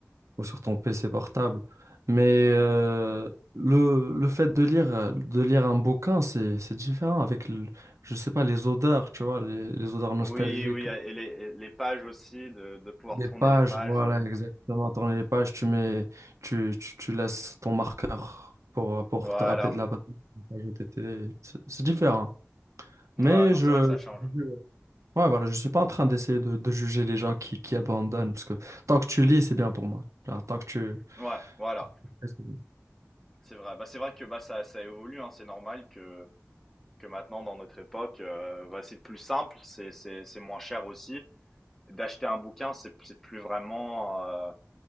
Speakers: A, on the right; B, in the centre.
A: ou sur ton PC portable. Mais
B: Mhm.
A: euh, le, le fait de lire, euh, de lire un bouquin, c'est, c'est différent avec, le- je sais pas, les odeurs, tu vois, les, les odeurs nostalgiques.
B: Oui, oui, et les, et les pages aussi, de, de pouvoir
A: Des
B: tourner
A: pages,
B: les pages.
A: voilà, exactement. Tourner les pages, tu mets, tu, tu, tu laisses ton marqueur pour, pour
B: Voilà.
A: te rappeler de la page OTT. C'est c'est différent.
B: Ouais,
A: Mais
B: non,
A: je,
B: c'est vrai que ça change.
A: je- ouais, voilà, je suis pas en train d'essayer de, de juger les gens qui, qui abandonnent, parce que tant que tu lis, c'est bien pour moi. Genre, tant que tu...
B: Ouais, voilà.
A: tant que tu fais, c'est
B: C'est vrai. Bah, c'est vrai que bah, ça, ça évolue, hein. C'est normal que, que maintenant, dans notre époque, euh, bah, c'est plus simple, c'est, c'est, c'est moins cher aussi. D'acheter un bouquin, c'est, c'est plus vraiment. euh,